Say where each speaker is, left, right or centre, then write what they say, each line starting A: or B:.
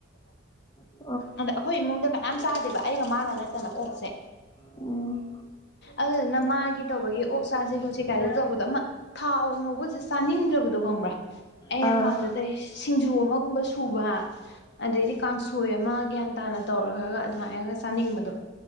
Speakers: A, on the left; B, on the left.
A: ꯎ ꯎ ꯎ
B: ꯑꯗ ꯑꯩꯈꯣꯏ ꯏꯃꯨꯡꯗ ꯀꯅꯥꯝ ꯆꯥꯗꯦꯕ ꯑꯩꯒ ꯃꯥꯒ ꯅꯠꯇꯅ ꯑꯣꯛꯁꯦ
A: ꯎꯝ
B: ꯑꯗꯨꯗꯨꯅ ꯃꯥꯒꯤ ꯇꯧꯕꯒꯤ ꯑꯣꯛ ꯆꯥꯁꯦ ꯈꯣꯠꯁꯤ ꯀꯥꯏꯗ ꯇꯧꯕꯗ ꯑꯃ ꯊꯥꯎ ꯉꯧꯕꯒꯁꯦ ꯆꯥꯅꯤꯡꯗ꯭ꯔꯕꯗꯣ ꯈꯪꯕ꯭ꯔꯥ ꯑꯩꯅ
A: ꯑꯥ
B: ꯄꯥꯝꯖꯗꯔꯤꯁ ꯁꯤꯡꯖꯨ ꯑꯃꯒꯨꯝꯕ ꯁꯨꯕ ꯑꯗꯩꯗꯤ ꯀꯥꯡꯁꯣꯏ ꯑꯃ ꯒ꯭ꯌꯥꯟ ꯇꯥꯅ ꯇꯧꯔꯈ꯭ꯔꯒ ꯑꯗꯨꯃꯥꯏꯅꯒ ꯆꯥꯅꯤꯡꯕꯗꯣ